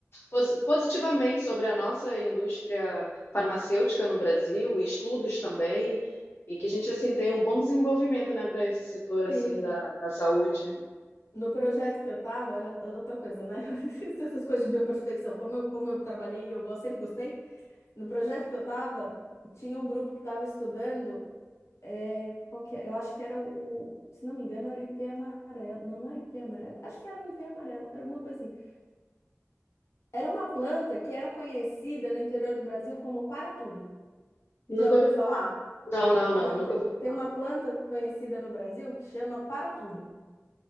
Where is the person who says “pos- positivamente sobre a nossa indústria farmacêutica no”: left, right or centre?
Left